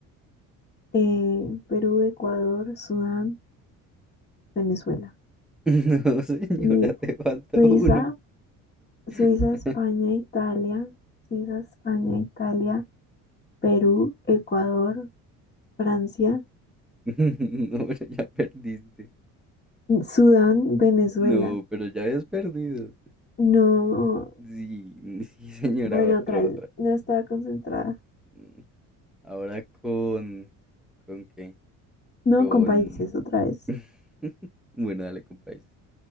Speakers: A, on the left (about 30°); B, in the centre.
A: eh, Perú, Ecuador, Sudán, Venezuela.
B: <laughs> No, señora,
A: Y
B: te falta
A: Suiza.
B: uno.
A: Suiza,
B: <laughs>
A: España, Italia, Suiza, España, Italia, Perú, Ecuador, Francia,
B: No, pero ya perdiste.
A: Sudán, Venezuela.
B: No, pero ya habías perdido.
A: No,
B: Sí, <laughs> sí, señora,
A: bueno,
B: otra,
A: otra vez,
B: otra.
A: no estaba concentrada.
B: Mm, Ahora con... ¿Con qué?
A: No,
B: Con...
A: con países, otra vez.
B: <laughs> Bueno, dale con países.